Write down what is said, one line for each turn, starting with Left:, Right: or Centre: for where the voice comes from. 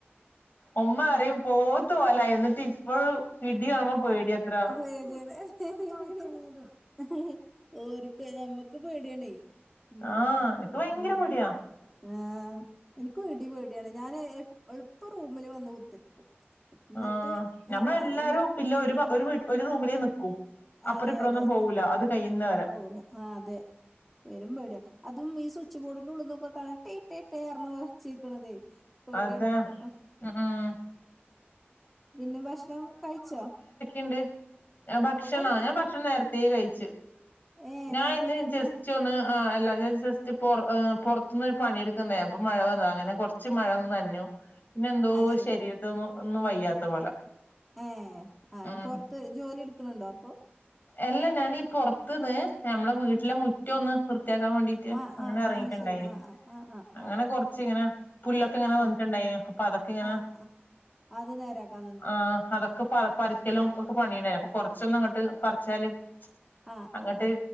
Left: ഉമ്മപറയും പോത്ത് പോലായി ന്നി ട്ടിപ്പഴും ഇടികാണുമ്പം പേടിയാത്രേ
Centre: അതെയതെയതെ ഹ് ഹ് ഓര്‌ക്ക് ഞമ്മക്ക് പേടിയാണെ ഹ്
Left: ആഹ് എനക്ക് ഭയങ്കര
Centre: ഹ്
Left: പേടിയാ
Centre: ആഹ് എനിക്കും ഇടി പേട്യാണ് ഞാന് എള്പ്പം റൂമില് വന്ന് കുത്തിർക്കും. എന്നിട്ട്
Left: ആഹ് ഞമ്മളെല്ലാരും
Centre: ആ ഈ
Left: ഇല്ല ഒരു വ് ഒരു വീ റൂമിലേ നിക്കൂ. അപ്പറും
Centre: അതെ
Left: ഇപ്പറൊന്നും
Centre: അതെ.
Left: പോവൂല അത് കഴിയുന്നവരെ.
Centre: പോകുന്നു. ആഹ് അതെ. പെരും പേടിയാ അതും ഈ സ്വിച്ച് ബോഡിന്റെ ഉള്ള്ന്നൊക്കേ കാണാ ട്ടെയ് ട്ടെ ട്ടെ ർഞ് ഒച്ചേയ്ക്ക്ണതെയ്. പേടിയാണപ്പൊ
Left: അതെ ഉം ഉം
Centre: പിന്നെ ഭക്ഷണം കഴിച്ചോ?
Left: എന്ത് ഭക്ഷണോ?
Centre: അവിടെ
Left: ഞാൻ ഭക്ഷണം നേരത്തേ കഴിച്ച്.
Centre: ഏഹ്
Left: ഞാ
Centre: നേരത്തെ
Left: ഇന്ന്
Centre: കഴിക്കണോ?
Left: ജസ്സ്‌റ്റൊന്ന് ആഹ് എല്ലാ ഞാൻ ജസ്റ്റ് പൊറ ആ പൊറത്ത്ന്ന ഒരു പണിയെടുക്കാൻ <unintelligible> അപ്പൊ മഴ വന്നതാ അങ്ങനെ കൊർ മഴൊന്ന് നനഞ്ഞു പിന്നെ എന്തോ
Centre: അത് ശരി.
Left: ശരീരത്തിനൊന്നും ന്നും വയ്യാത്ത പോലെ.
Centre: ഏഹ് ആഹ്
Left: ഉം
Centre: പൊർത്ത് ജോലിട്ക്ക്ണ് ണ്ടോ പ്പോ?
Left: എല്ല ഞാനീ പൊറത്ത്ന്ന് ഞമ്മളെ വീട്ടിലെ മുറ്റോന്ന് വൃത്തിയാക്കാ വേണ്ടി തി
Centre: ആ
Left: അങ്ങനെ
Centre: ആ
Left: ഇറങ്ങീട്ട്ണ്ടായിന്
Centre: ആ ആ ശരി. ആ ആ ആ ആ
Left: അങ്ങനെ
Centre: ആ
Left: കൊറച്ച്ങ്ങനെ പുല്ലൊക്കെ ങ്ങനെ
Centre: ആ
Left: വന്നിട്ട്ണ്ടായിന്. അപ്പതൊക്കെങ്ങനെ
Centre: ആ ആ അത് നേരാക്കാ
Left: ആഹ് അതൊക്കെ പറി പറിക്കലും ഒക്കെ പണിണ്ടായ്ര്ന്ന് അപ്പൊ കൊറച്ചൊന്നങ്ങട്ട് പർ ച്ചാല്
Centre: ആ
Left: അങ്ങട്ട്
Centre: ആ ആ.